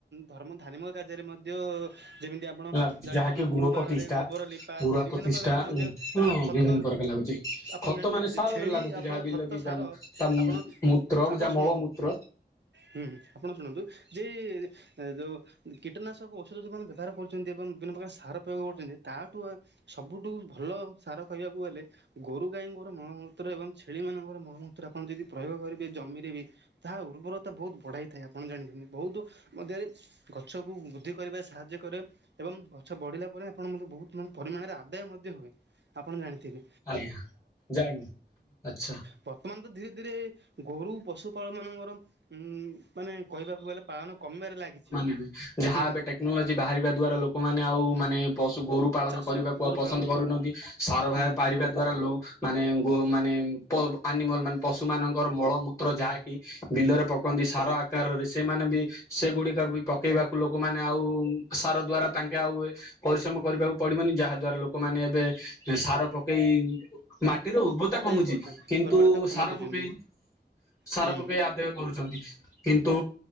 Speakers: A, on the right; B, on the left.
A: ଧର୍ମ ଧାର୍ମିକ କାର୍ଯ୍ୟରେ ମଧ୍ୟ ଯେମିତି ଆପଣ
B: ହେଲା
A: ଜାଣିଥିବେ
B: ଯାହାକି
A: ଗୁରୁବାରରେ
B: ଗୃହପତିଷ୍ଠା
A: ଗୋବର ଲିପା
B: ଗୁଆ
A: ବିଭିନ୍ନ
B: ପ୍ରତିଷ୍ଠା
A: ପ୍ରକାରର ମଧ୍ୟ
B: ଉଁ ହଁ
A: ତାର ଖତ
B: ବିଭିନ୍ନ ପ୍ରକାର ଲାଗୁଛି
A: ଆପଣ
B: ଖତ
A: ଜାଣିଛନ୍ତି
B: ମାନେ ସାରରେ
A: ଯେ ଛେଳି
B: ଲାଗୁଛି
A: ଆପଣ
B: ଯାହା ବିଲ
A: ଖତ
B: କି
A: ସାର
B: ଯାହା ତା
A: ଆପଣ
B: ମୂତ୍ର
A: ଆପଣ
B: ଯାହା
A: ଶୁଣନ୍ତୁ!
B: ମଳମୂତ୍ର
A: ହୁଁ ଆପଣ ଶୁଣନ୍ତୁ ଯେ ଏ ଯୋଉ କୀଟନାଶକ ଔଷଧ ଯୋଉମାନେ ବ୍ୟବହାର କରୁଛନ୍ତି ଏବଂ ବିଭିନ୍ନ ପ୍ରକାର ସାର ପ୍ରୟୋଗ କରୁଛନ୍ତି ତାଠୁ ସବୁଠୁ ଭଲ ସାର କହିବାକୁ ଗଲେ? ଗୋରୁ ଗାଈଙ୍କର ମଳମୂତ୍ର ଏବଂ ଛେଳିମାନଙ୍କର ମଳମୂତ୍ର ଆପଣ ଯଦି ପ୍ରୟୋଗ କରିବେ ଜମିରେ ବି ତାହା ଉ ଉର୍ବରତା ବହୁତ ବଢ଼ାଇଥାଏ ଆପଣ ଜାଣିଛନ୍ତି ବହୁତ ମଧ୍ୟରେ ଗଛକୁ ବୃଦ୍ଧି କରିବାରେ ସାହାଯ୍ୟ କରେ ଏବଂ ଗଛ ବଢ଼ିଲା ପରେ ଆପଣ ମଧ୍ୟ ବହୁତ ପରିମାଣରେ ଆଦାୟ ମଧ୍ୟ ହ ଆପଣ ଜାଣିିଥିବେ
B: ଆଜ୍ଞା ଜାଣି ଆଚ୍ଛା
A: ବର୍ତ୍ତମାନ ଧୀରେ ଧୀରେ ଗୋରୁ ପଶୁପାଳ ମାନଙ୍କର ଉ ମାନେ କହିବାକୁ ଗଲେ ପାଳନ କମିବାରେ ଲାଗିଛି
B: ଯାହା
A: ହୁଁ
B: ଏବେ ଟେକ୍ନୋଲୋଜି ବାହାରିବା ଦ୍ଵାରା ଲୋକମାନେ ଆଉ
A: ହୁଁ
B: ମାନେ ପୋଷୁ ଗୋରୁ ପାଳନ
A: ଚାଷ
B: କରିବାକୁ
A: ଗୋରୁ
B: ଆଉ ପସନ୍ଦ
A: ପାଳନ
B: କର କରୁନାହାନ୍ତି ସାର ଭ
A: ହୁଁ।
B: ପାରିବା ଦ୍ଵାରା ଲ ମାନେ ଗୋ ମାନେ ଆନିମଲ ମାନେ ପଶୁ ମାନଙ୍କର ମଳମୂତ୍ର ଯାହାକି ବିଲରେ ପକାନ୍ତି ସାର ରେ ସେମାନେ ବି ସେଗୁଡିକା ବି ପକେଇବାକୁ ଲୋକମାନେ ଆଉ ସାର ଦ୍ଵାରା ତାଙ୍କେ ଆଉ ପରିଶ୍ରମ କରିବାକୁ ପଡିବନି ଯାହା ଦ୍ଵାରା ଲୋକମାନେ ଏବେ ସାର ପକେଇ ମାଟିର ଉର୍ବରତା
A: ଆଦାୟ
B: କମୁଛି
A: କରୁଛନ୍ତି
B: କିନ୍ତୁ
A: ଗୋରୁବାଟ ତାକୁ କମେଇ
B: ସାର
A: ଦଉଛନ୍ତି
B: ପକେଇ ସାରା
A: ହୁଁ
B: ପକେଇ ଆଦାୟ କରୁଛନ୍ତି କିନ୍ତୁ